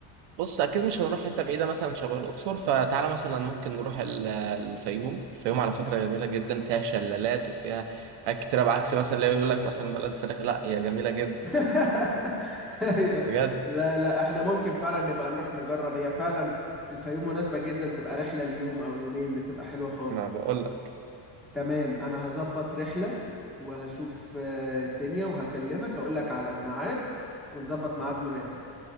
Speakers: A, on the right; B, in the centre.
A: بص اكيد مش هنروح حته بعيده مثلا شبه الاقصر فتعالى مثلا ممكن نروح ال- الفيوم الفيوم على فكره جميله جدا فيها شلالات وفيها حاجات كتيره بعكس مثلا اللي يقول لك مثلا بلد الفراخ لا هي جميله جدا
B: <laughs> أيوة.
A: بجد
B: لا لا احنا ممكن فعلا نبقى نروح نجرب هي فعلا الفيوم مناسبة جدا تبقى رحلة ليوم او يومين بتبقى حلوة خالص
A: انا بقول لك
B: تمام انا هظبط رحلة وهشوف آه، الدنيا وهكلمك اقول لك على الميعاد ونظبط ميعاد مناسب